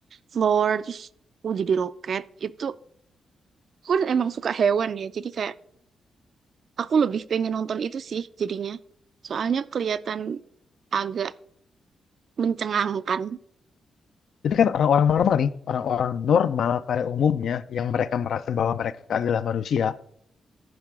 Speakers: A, on the right (about 60°); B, on the left (about 70°).
A: Floor terus aku jadi Rocket itu aku kan emang suka hewan ya jadi kayak Aku lebih pengen nonton itu sih jadinya. Soalnya kelihatan agak mencengangkan.
B: Jadi kan orang-orang normal nih, orang-orang normal pada umumnya yang mereka merasa bahwa mereka adalah manusia,